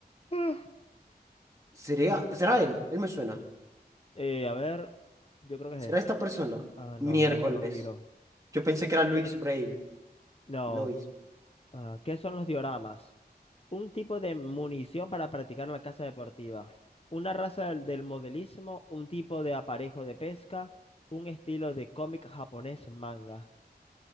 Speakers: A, on the left (about 35°); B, on the right (about 20°).
A: <laughs>
B: ¿sería, será él? Él me suena.
A: Eh, a ver, yo creo que
B: ¿Será
A: es este.
B: esta persona?
A: Ah,
B: Miércoles.
A: no, las lobiro.
B: Yo pensé que era Luis Braille.
A: No.
B: Lois.
A: Ah, ¿qué son los dioramas? Un tipo de munición para practicar la caza deportiva. Una raza del del modelismo, un tipo de aparejo de pesca, un estilo de cómic japonés manga.